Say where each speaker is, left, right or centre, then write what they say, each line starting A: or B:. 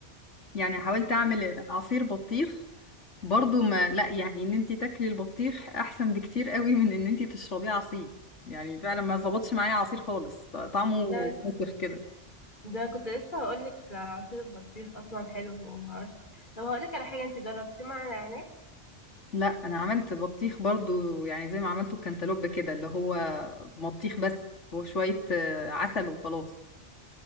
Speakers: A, on the left; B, on the left.
A: يعني حاولت اعمل عصير بطيخ برضو ما لا يعني ان انتي تاكلي البطيخ احسن بكتير قوي من ان انتي تشربيه عصير يعني فعلا ما ظبطش معايا عصير خالص طعمه
B: ده
A: مسخ كده
B: ده كنت لسه هقولك عصير البطيخ اصلا حلو ومعرفش إيه. طب هقولك على حاجة انت جربتيه مع نعناع
A: لا انا عملت بطيخ برضو يعني زي ما عملته الكنتالوب كده اللي هو بطيخ بس وشوية آه، عسل وخلاص